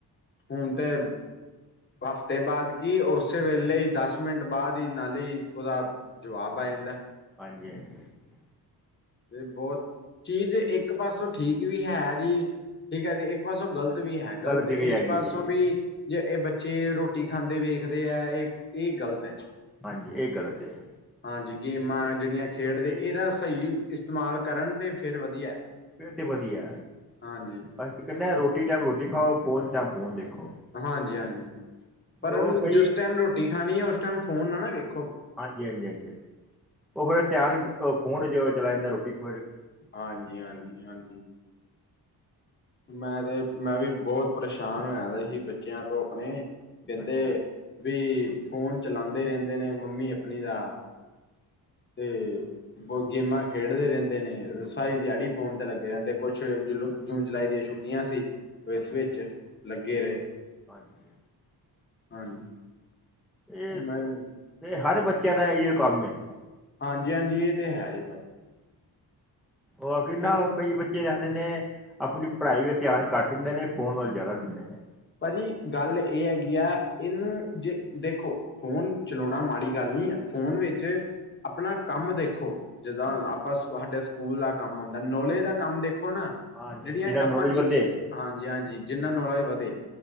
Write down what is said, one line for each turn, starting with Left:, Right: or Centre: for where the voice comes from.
Left: ਹੁਣ ਤੇ ਹਫ਼ਤੇ ਬਾਅਦ ਕੀ ਉਸੇ ਵੇਲੇ ਹੀ, ਦਸ ਮਿੰਟ ਬਾਅਦ ਹੀ, ਨਾਲ ਹੀ। ਉਹਦਾ ਜਵਾਬ ਆ ਜਾਂਦਾ।
Centre: ਹਾਂਜੀ ਹਾਂਜੀ ਹਾਂਜੀ
Left: ਤੇ ਬਹੁਤ, ਚੀਜ਼ ਇੱਕ ਪਾਸੋਂ ਠੀਕ ਵੀ ਹੈ ਜੀ, ਠੀਕ ਹੈ ਤੇ ਇੱਕ ਪਾਸੋਂ ਗਲਤ। ਗਲਤ ਵੀ ਹੈ, ਗਲਤ
Centre: ਗ਼ਲਤ
Left: ਇਸ
Centre: ਵੀ ਹੈਗੀ
Left: ਪਾਸੋਂ
Centre: ਹੈ
Left: ਵੀ ਜੇ ਇਹ ਬੱਚੇ ਰੋਟੀ ਖਾਂਦੇ ਵੇਖਦੇ ਏ, ਇਹ ਇਹ ਗ਼ਲਤ ਹੈ।
Centre: ਹਾਂਜੀ ਇਹ ਗਲਤ ਹੈ।
Left: ਹਾਂਜੀ ਗੇਮਾਂ
Centre: ਕਿਉਂਕਿ
Left: ਜਿਹੜੀਆਂ ਖੇਡਦੇ, ਇਹਦਾ ਸਹੀ ਇਸਤੇਮਾਲ ਕਰਨ ਤੇ ਫਿਰ ਵਧੀਆ।
Centre: ਫਿਰ ਤੇ ਵਧੀਆ,
Left: ਹਾਂਜੀ
Centre: ਅਸੀ ਕਹਿੰਦੇ ਹ ਰੋਟੀ ਟਾਈਮ ਰੋਟੀ ਖਾਓ, ਫੋਨ ਟਾਈਮ ਫੋਨ ਦੇਖੋ।
Left: ਹਾਂਜੀ ਹਾਂਜੀ ਪਰ
Centre: ਉਹ
Left: ਉਹਨੂੰ
Centre: ਕਈ
Left: ਜਿਸ ਟਾਈਮ ਰੋਟੀ ਖਾਣੀ ਹੈ, ਉਸ ਟਾਈਮ ਫ਼ੋਨ ਨਾ ਨਾ ਵੇਖ
Centre: ਹਾਂਜੀ ਹਾਂਜੀ ਹਾਂਜੀ ਹਾਂ ਉਹ ਫਿਰ ਧਿਆਨ, ਫੋਨ ਜੇ ਚਲਾ ਜਾਂਦਾ ਰੋਟੀ ਖਿਰ
Left: ਹਾਂਜੀ ਹਾਂਜੀ ਹਾਂਜੀ। ਮੈਂ ਤੇ ਮੈਂ ਵੀ ਬਹੁਤ ਪਰੇਸ਼ਾਨ ਹੋਇਆ ਸੀ ਬੱਚਿਆਂ ਤੋਂ ਆਪਣੇ, ਕਿੱਧੇ
Centre: ਅੱਛਾ ਹਾਂਜੀ
Left: ਵੀ ਫੋਨ ਚਲਾਉਂਦੇ ਰਹਿੰਦੇ ਨੇ, ਮੰਮੀ ਆਪਣੀ ਦਾ। ਤੇ ਹੋਰ ਗੇਮਾਂ ਖੇਡਦੇ ਰਹਿੰਦੇ ਨੇ, ਸਾਰੀ ਦਿਹਾੜੀ ਫੋਨ ਲੱਗੇ ਰਹਿੰਦੇ, ਕੁਛ ਜੁਲੂ ਜੂਨ ਜੁਲਾਈ ਦੀਆਂ ਛੁੱਟੀਆਂ ਸੀ।
Centre: ਹਾਂਜੀ
Left: ਇਸ ਵਿੱਚ ਲੱਗੇ ਰਹੇ,
Centre: ਹਾਂਜੀ
Left: ਹਾਂਜੀ।
Centre: ਇਹ
Left: ਮੈਂ
Centre: ਇਹ ਹਰ ਬੱਚੇ ਦਾ ਇਹਿਓ ਕੰਮ ਹੈ।
Left: ਹਾਂਜੀ ਹਾਂਜੀ ਇਹ ਤੇ ਹੈ ਹੀ, ਭਾਜੀ।
Centre: ਉਹੀ ਨਾ
Left: ਇਹ
Centre: ਕਈ ਬੱਚੇ ਦੇਖਦੇ ਨੇ, ਆਪਣੀ ਪੜ੍ਹਾਈ ਵਲ ਧਿਆਨ ਘਟ ਦਿੰਦੇ ਨੇ, ਫੋਨ ਵੱਲ ਜ਼ਿਆਦਾ ਦਿੰਦੇ ਨੇ।
Left: ਪਰ ਜੀ ਗੱਲ ਇਹ ਹੈਗੀ ਆ, ਇਹਨੂੰ ਜੇ ਦੇਖੋ ਫੋਨ ਚਲਾਉਣਾ ਮਾੜੀ ਗੱਲ ਨਹੀਂ ਆ। ਫੋਨ ਵਿੱਚ ਆਪਣਾ ਕੰਮ ਦੇਖੋ, ਜਿੱਦਾਂ
Centre: ਹਾਂਜੀ,
Left: ਆਪਾਂ ਸ ਸਕੂਲ ਦਾ ਕੰਮ ਹੁੰਦਾ, ਨੌਲੇਜ ਦਾ ਕੰਮ ਦੇਖੋ ਨਾ,
Centre: ਹਾਂਜੀ
Left: ਜਿਹੜੀਆਂ
Centre: ਜਿਹਨਾਂ
Left: ਆਪਾਂ
Centre: ਨੌਲੇਜ ਵਧੇ
Left: ਹਾਂਜੀ ਹਾਂਜੀ ਜਿੰਨਾ ਨੌਲੇਜ ਵਧੇ,